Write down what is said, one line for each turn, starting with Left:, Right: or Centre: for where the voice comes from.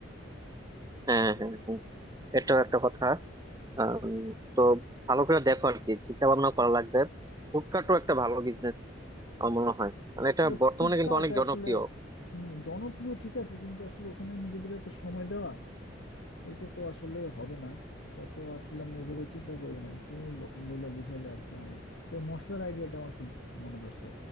Right: হ্যাঁ হ্যাঁ হ্যাঁ। হ্যাঁ। এটাও একটা কথা আম, তো ভালো করে দেখো আর কি চিন্তা ভাবনা করা লাগবে ফুডকার্টও একটা ভালো বিজনেস আমার মনে হয় মানে এটা
Left: তবে
Right: বর্তমানে
Left: ফুড
Right: কিন্তু
Left: কার্ট
Right: অনেক জনপ্রিয়
Left: আসলে হম জনপ্রিয় ঠিক আছে কিন্তু আসলে ওখানে নিজেদের এত সময় দেওয়া এটা তো আসলে হবে না এটা তো আসলে আমি ওভাবে চিন্তা করি নাই তুমি ব- বইলা বুঝাইলে আর কি আমারে তো মশলার আইডিয়াটা আমার খুব মনে ধরছে